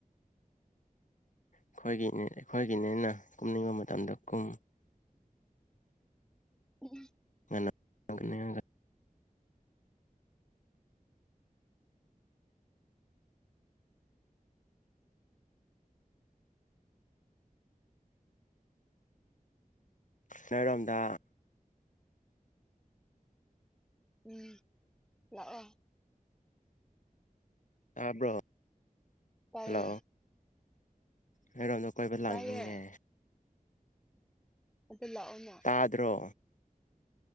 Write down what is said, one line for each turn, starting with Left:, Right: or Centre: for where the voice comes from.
Left: ꯑꯩꯈꯣꯏꯒꯤꯅꯤ ꯑꯩꯈꯣꯏꯒꯤ ꯅꯤꯅ ꯀꯨꯝꯅꯤꯡꯕ ꯃꯇꯝꯗ ꯀꯨꯝ
Centre: ꯎꯝ <unintelligible>
Left: ꯉ <unintelligible> ꯅꯣꯏꯔꯣꯝꯗ
Centre: ꯎꯝ ꯂꯥꯛꯑꯣ <unintelligible>
Left: ꯇꯥꯕ꯭ꯔꯣ
Centre: ꯇꯥꯏꯌꯦ
Left: ꯍꯜꯂꯣ ꯅꯣꯏꯔꯣꯝꯗ ꯀꯣꯏꯕ ꯂꯥꯛꯅꯤꯡꯉꯦ
Centre: ꯇꯥꯏꯌꯦ ꯑꯗꯨ ꯂꯥꯛꯑꯣꯅ
Left: ꯇꯥꯗ꯭ꯔꯣ